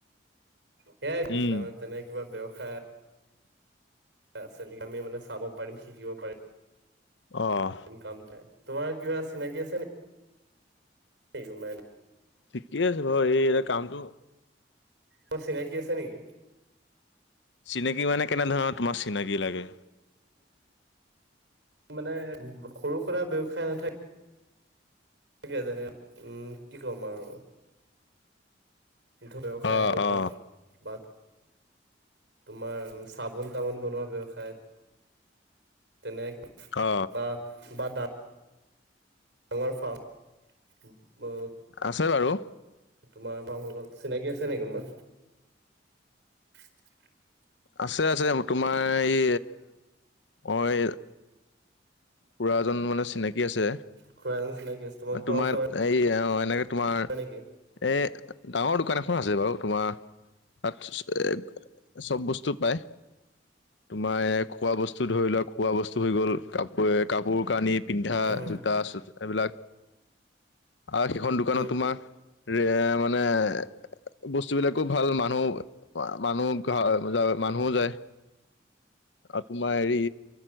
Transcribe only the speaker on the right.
সেইয়াই গোপালা
মানে তেনেকা কিবা ব্যৱসায় আছে নেকি আমি মানে চাব পাৰিম শিকিব পাৰিম।
কামটোৱে তোমাৰ কিবা চিনাকি আছে নেকি? কোনোবা
তাৰ চিনাকি আছে নেকি?
মানে সৰু সুৰা ব্যৱসায় নাথাকে তনোকে যেনে উম কি ক'ম আৰু। দ্ধ ব্যৱসায়
কৰবাত,
বাত তোমাৰ চাবোন, তামোন বনোৱা ব্যয়ৱসায়ত তেনে,
বা, বা, দাত দাঙৰ, ফাৰ্ম <inaudible>
তোমাৰ <unintelligible> চিনাকি আছে নিকি কোনোবা। <inaudible>
খুৰা এজন চিনাকি আছে ঘৰৰ
ওচৰৰে
নেকি
উম
উম